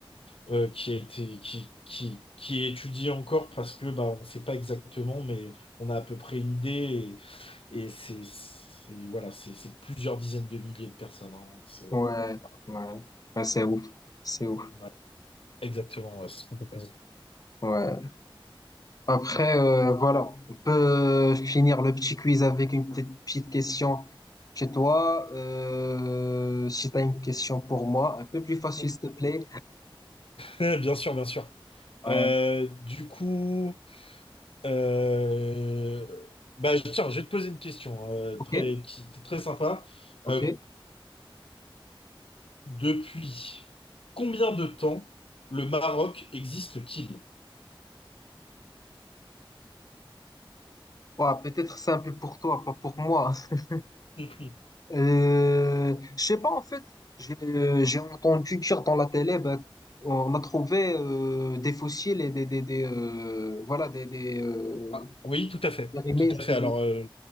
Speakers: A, on the left; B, on the left.
A: euh, qui a été, qui, qui, qui est étudié encore parce que bah, on ne sait pas exactement, mais on a à peu près une idée et, et c'est, c'est- voilà, c'est c'est plusieurs dizaines de milliers de personnes. hein. C'est-
B: ouais,
A: voilà.
B: ouais, Ouais, c'est ouf, c'est ouf,
A: Ouais, exactement, ouais, c'est complètement-
B: ouais. Après, euh, voilà, on peut finir le petit quiz avec une petite, petite question chez toi. Euh, si tu as une question pour moi, un peu plus facile,
A: <laughs>
B: s'il te plaît.
A: Bien sûr, bien sûr.
B: Ouais,
A: Euh, du coup, euh, bah, tiens, je vais te poser une question euh,
B: ok,
A: très, qui est très sympa.
B: ok.
A: Euh, depuis combien de temps le Maroc existe-t-il?
B: Ouais, peut-être simple pour toi, pas pour moi. <laughs>
A: <laughs>
B: Euh, je sais pas, en fait, j'ai j'ai entendu dire dans la télé, ben, on a trouvé euh, des fossiles et des, des, des, euh, voilà, des, des, euh,
A: Ah, oui, tout à fait.
B: les remakes
A: Tout à fait.
B: de,
A: Alors,
B: de-
A: euh,